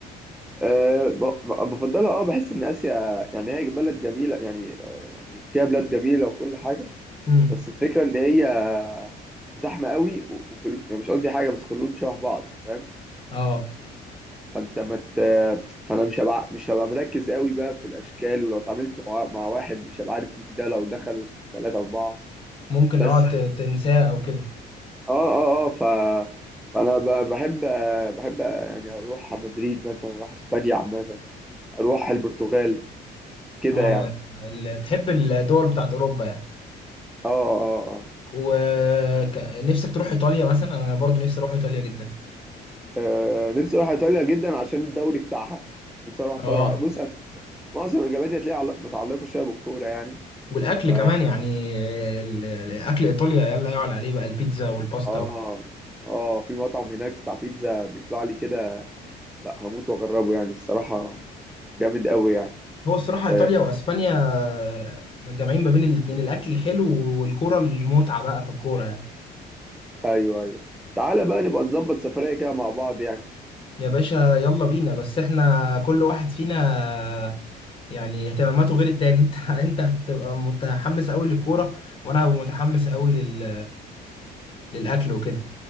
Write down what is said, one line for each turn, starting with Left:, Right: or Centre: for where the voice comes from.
Centre: أه ب- ب- بفضلها اه بحس ان اسيا يعني هي بلد جميله يعني آه، يعني فيها بلاد جميله وكل حاجه
Left: امم
Centre: بس الفكرة إن هي زحمة قوي و- وكل يعني مش قصدي حاجة بس كلهم شبه بعض فاهم
Left: اه
Centre: فأنت ما مت... فأنا مش هبقى مش هبقى مركز قوي بقى في الأشكال ولو اتعاملت مع مع واحد مش هبقى عارف مين ده لو دخل وسط ثلاثة أربعة
Left: ممكن
Centre: بس
Left: اه ت- تنساه أو كده
Centre: آه آه آه ف فأنا ب- بحب بحب يعني أروح على مدريد مثلا أروح إسبانيا عامة أروح البرتغال كده
Left: اه
Centre: يعني
Left: ال- تحب الدول بتاعت أوروبا يعني
Centre: آه آه آه
Left: ونفسك تروح إيطاليا مثلا أنا برضو نفسي أروح إيطاليا جدا
Centre: آه، آه، نفسي اروح ايطاليا جدا عشان الدوري بتاعها نفسي اروح اتفرج
Left: اه
Centre: على بص معظم اجاباتي هتلاقيها عل- متعلقه شويه بالكوره يعني
Left: والاكل
Centre: ف
Left: كمان يعني ال- الاكل ايطاليا يلا يعلى عليه بقى البيتزا والباستا
Centre: اه اه في مطعم هناك بتاع بيتزا بيطلع لي كده لا هموت واجربه يعني الصراحه جامد قوي يعني
Left: هو الصراحة إيطاليا
Centre: آه
Left: وأسبانيا جامعين ما بين الاتنين الأكل الحلو والكورة المتعة بقى في الكورة يعني
Centre: ايوه ايوه تعالى بقى نبقى نظبط سفريه كده مع بعض يعني
Left: يا باشا يلا بينا بس إحنا كل واحد فينا يعني اهتماماته غير التاني <laughs> أنت أنت هتبقى متحمس أوي للكورة وأنا هبقى متحمس أوي لل للأكل وكده